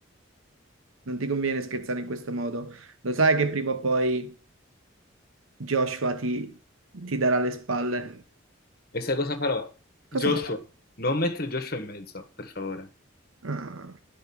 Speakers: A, on the right; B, on the left.
A: Non ti conviene scherzare in questo modo. Lo sai che prima o poi Joshua ti, ti darà le spalle.
B: E sai cosa farò? Joshua,
A: Cosa fai?
B: non mettere Joshua in mezzo, per favore.
A: Ah,